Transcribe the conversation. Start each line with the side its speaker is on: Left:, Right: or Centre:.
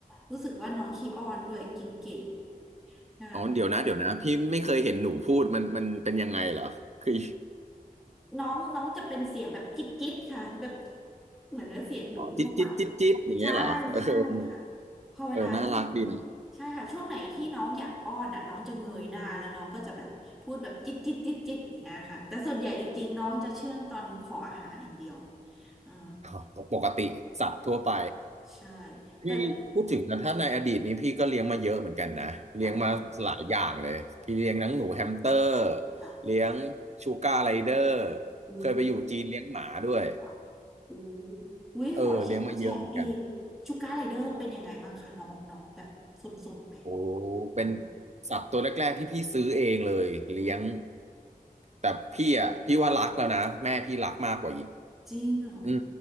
Centre: รู้สึกว่าน้องขี้อ้อนด้วยกินเก่งค่ะ
Right: อ๋อเดี๋ยวนะเดี๋ยวนะพี่ไม่เคยเห็นหนูพูดมันมันเป็นยังไงเหรอคือ
Centre: น้องน้องจะเป็นเสียงแบบจิ๊ดจิ๊ดค่ะแบบเหมือนเสียงหนูทั่วไป
Right: อ๋อจิ๊ดจิ๊ดจิ๊ดจิ๊ดอย่างเงี้ยเหรอเออ
Centre: ใช่ใช่ค่ะพอเวลาที่
Right: เออน่ารักดีนะ
Centre: ใช่ค่ะช่วงไหนที่น้องอยากอ้อนอ่ะน้องจะเงยหน้าแล้วน้องก็จะแบบพูดแบบจิ๊ดจิ๊ดจิ๊ดจิ๊ดอย่างเงี้ยค่ะแต่ส่วนใหญ่จริงๆน้องจะเชื่องตอนขออาหารอย่างเดียวอ่า
Right: อ๋อก็ปกติสัตว์ทั่วไป
Centre: ใช่
Right: พี่พูดถึงนะถ้าในอดีตนี้พี่ก็เลี้ยงมาเยอะเหมือนกันนะเลี้ยงมาหลายอย่างเลยพี่เลี้ยงทั้งหนูแฮมสเตอร์
Centre: แต่ค่ะค่ะ
Right: เลี้ยงชูการ์ไรเดอร์
Centre: อู้
Right: เคยไปอยู่จีนเลี้ยงหมาด้วย
Centre: ค่ะอู้อุ้ยขอแชะแชะเองชูการ์ไรเดอร์เป็นยังไงบ้างคะน้องน้องแบบสนๆไหม
Right: เออเลี้ยงมาเยอะเหมือนกันโอ้เป็น
Centre: น้อ
Right: สัตว์ตัวแรกๆที่พี่ซื้อเองเลยเลี้ยง
Centre: ง
Right: แต่พี่อ่ะพี่ว่ารักแล้วนะแม่พี่รักมากกว่าอีก
Centre: จริงเหรอ
Right: อืม